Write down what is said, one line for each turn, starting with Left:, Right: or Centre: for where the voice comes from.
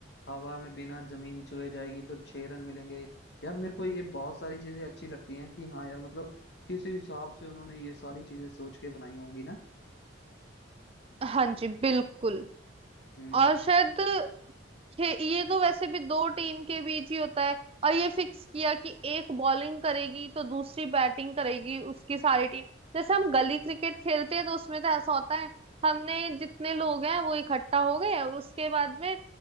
Left: हवा में बिना जमीन छुए जाएगी तो छह रन मिलेंगे यार मेरे को ये बहुत सारी चीजें अच्छी लगती हैं कि हाँ यार मतलब किसी हिसाब से उन्होंने ये सारी चीजें सोच के बनाई होंगी ना
Right: हाँ जी बिल्कुल
Left: हम्म
Right: और शायद खे- ये तो वैसे भी दो टीम के बीच ही होता है और ये फिक्स किया कि एक बॉलिंग करेगी तो दूसरी बैटिंग करेगी उसकी सारी टीम जैसे हम गली क्रिकेट खेलते हैं तो उसमें तो ऐसा होता है हमने जितने लोग हैं वो इकट्ठा हो गए और उसके बाद में